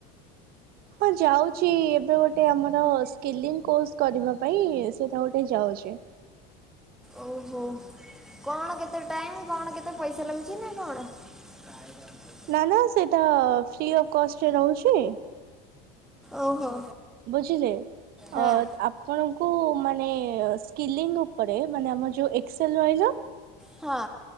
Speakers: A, on the right; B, in the centre.
A: ହଁ ଯାଉଚି ଏବେ ଗୋଟେ ଆମର ସ୍କିଲିଂ କୋର୍ସ କରିବା ପାଇଁ ସେଇଟା ଗୋଟେ ଯାଉଚି।
B: ଓହୋ କଣ କେତେ ଟାଇମ୍ କଣ କେତେ ପଇସା ଲାଗୁଚି ନା କଣ? <unintelligible>
A: ନାଁ ନାଁ ସେଇଟା ଫ୍ରି ଅଫ କଷ୍ଟରେ ରହୁଚି।
B: ଓହୋ।
A: ବୁଝିଲେ ଅ
B: ହଁ
A: ଆପ୍ ଆପଣଙ୍କୁ ମାନେ ସ୍କିଲିଂ ଉପରେ ମାନେ ଆମର ଯୋଉ ଏକ୍ସେଲ ରହିଲା।
B: ହଁ।